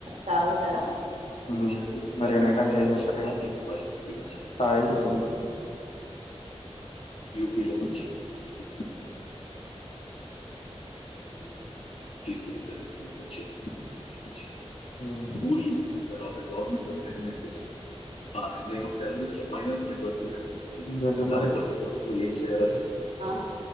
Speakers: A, on the right; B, on the left.
A: తాగుతరా
B: ఉమ్ మరిగ నైట్ అంత ఏం చెత్తరిగా తాగి గుసుంట్రు యూపిపీలో మచ్చషడనే బలక సిీ బదగిరా
A: ఉమ్
B: ఈ ఫ్రీకరన్సీని చే ఉమ్ ఇంకేంటి మరి
A: ఆ